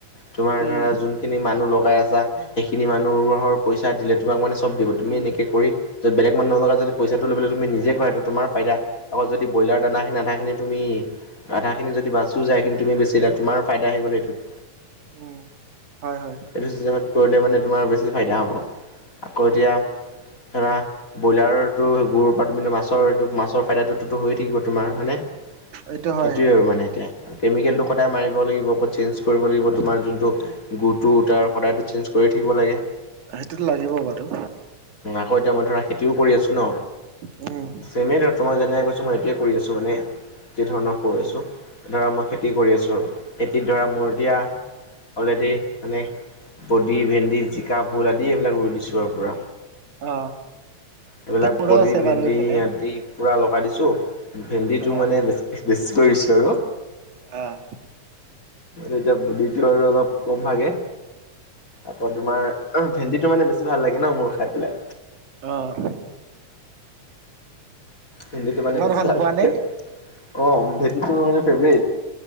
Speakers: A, on the left; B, on the right.
A: তোমাৰ
B: উম
A: ধৰা যোনখিনি মানুহ লগাই আছা সেইখিনি মানুহৰ পইচা দিলে তোমাক মানে চব দিব। তুমি
B: উম
A: এনেকে কৰি য'ত বেলেগ মানুহ লগা যদি পইচাটো লৈবলৈ তুমি নিজে কৰা সেই তোমাৰ ফাইদা আৰু যদি ব্ৰইলাৰ দানা খিনি আধা খিনি তুমি আধাখিনি যদি বাচিও যায়, সেইখিনি তুমি বেছিলা তোমাৰ ফাইদা আহি গল সেইটো।
B: উম হয় হয়।
A: এইটো চিষ্টেমত কৰিলে মানে তোমাৰ বেছি ফাইদা হ'ব। আকৌ এতিয়া ধৰা ব্ৰইলাৰো গুৰৰ পৰা তোমাৰ মাছটো মাছৰ ফাইদা টোত হৈয়ে থাকিব তোমাৰ হয় নে
B: এইটো
A: সেইটোয়ে
B: হয়
A: আৰু মানে এতিয়া কেমিকেলটো সদায় মাৰিব লাগিব আক চেঞ্জ কৰিব লাগিব তোমাৰ যোনটো গুটো তাৰ সদায়তো চেঞ্জ কৰিয়ে থাকিব লাগে।
B: অ, সেতোত লাগিব বাৰু।
A: আকৌ এতিয়া মই ধৰা খেতিও কৰি আছো ন'।
B: উম,
A: চেমে ধৰা মই যেনেক কৈছো মই সেইটোয়ে কৰি আছো মানে যি ধৰণৰ কৈ আছোঁ। ধৰা মই খেতি কৰি আছো। খেতিত ধৰা মোৰ এতিয়া অলৰেদি মানে বডি, ভেন্দি, জিকা, ভোল আদি এইবিলাক ৰুই দিছো আৰু পোৰা।
B: অ
A: এইবিলাক
B: মোৰো
A: বদি
B: আছে
A: ভেন্দি
B: বাৰু এইফালে।
A: আদি পুৰা লগাই দিছো ভেন্দিটো
B: অ
A: মানে বেছ -বেছি কৰি দিছোঁ আৰু ন?
B: আহ।
A: এতিয়া বুডিটো আৰু অলপ কম ভাগে আকৌ তোমাৰ ভেন্দিটো মানে বেছি ভাল লাগে ন, মোৰ খাই পেলাই
B: অ',
A: ভেন্দীটো মানে
B: ইমান
A: বেছি ভাল
B: পোৱা
A: লাগে
B: নে?
A: অ, ভেন্দীটো মানে ফেভৰেট।